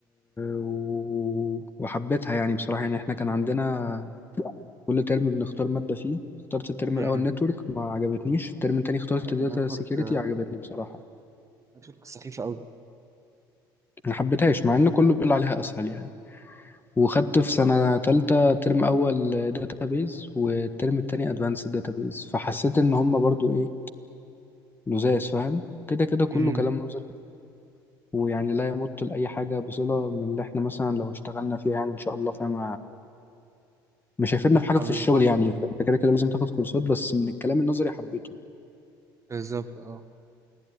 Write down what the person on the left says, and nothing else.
و... وحبيتها يعني بصراحه يعني احنا كان عندنا كل ترم بنختار ماده فيه اخترت الترم
الاول نتورك ما عجبتنيش الترم التاني اخترت
داتا
سيكيورتي عجبتني بصراحه
ما حبيتهاش مع ان كله بيقول عليها اسهل يعني وخدت في سنة تالتة ترم أول داتابيز والترم التاني أدفانسد داتابيز فحسيت إن هما برضو إيه لزاز فاهم كده كده كله
كلام نظري ويعني لا يمت لأي حاجة بصلة من اللي إحنا مثلا لو اشتغلنا فيها يعني إن شاء الله فاهم مش هيفيدنا في حاجة
في
الشغل يعني أنت كده كده لازم تاخد كورسات بس من الكلام النظري حبيته